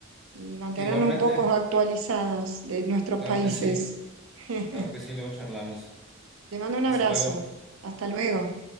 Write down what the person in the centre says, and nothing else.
Igualmente,
claro
que sí,
claro que sí, luego charlamos.
Hasta luego.